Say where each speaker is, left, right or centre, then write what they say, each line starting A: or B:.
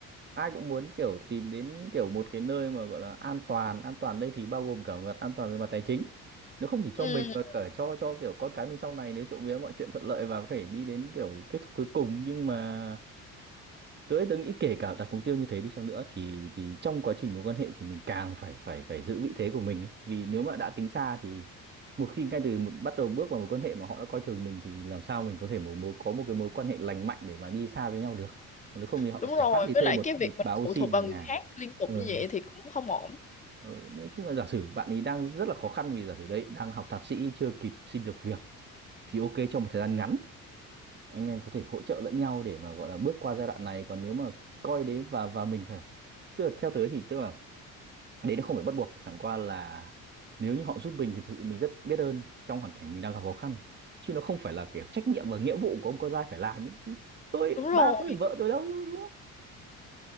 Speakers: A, on the right; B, on the left.
A: ai cũng muốn kiểu tìm đến kiểu một cái nơi mà gọi là an toàn an toàn đây thì bao gồm cả mặt an toàn về mặt tài chính nếu không chỉ cho
B: ừ
A: mình mà cả cho cho kiểu con cái mình sau này nếu trộm vía mọi chuyện thuận lợi và có thể đi đến kiểu kết thúc cuối cùng nhưng mà tớ ấy, tớ nghĩ kể cả đặt mục tiêu như thế đi chăng nữa thì thì trong quá trình mối quan hệ thì mình càng phải phải phải giữ vị thế của mình ấy. Vì nếu mà đã tính xa thì một khi ngay từ một, bắt đầu bước vào mối quan hệ mà họ đã coi thường mình thì làm sao mình có thể một, mối có một cái mối quan hệ lành mạnh để mà đi xa với nhau được còn nếu không thì họ
B: đúng
A: chẳng
B: rồi
A: khác đi
B: với
A: thuê
B: lại
A: một
B: cái
A: một
B: việc mình
A: bà ô
B: phụ
A: sin
B: thuộc vào
A: về nhà
B: người khác liên tục
A: ờ,
B: như vậy thì cũng không ổn
A: ờ, nói chung là giả sử bạn ấy đang rất là khó khăn vì giả sử đấy đang học thạc sĩ chưa kịp xin được việc thì ok trong một thời gian ngắn anh em có thể hỗ trợ lẫn nhau để mà gọi là bước qua giai đoạn này còn nếu mà coi đấy và và mình phải tức là theo tới thì tức là đấy nó không phải bắt buộc chẳng qua là nếu như họ giúp mình thì thực sự mình rất biết ơn trong hoàn cảnh mình đang gặp khó khăn chứ nó không phải là kiểu trách nhiệm và nghĩa vụ của ông con trai phải làm ấy. tôi
B: đúng
A: ba
B: rồi
A: có phải vợ tôi đâu đúng không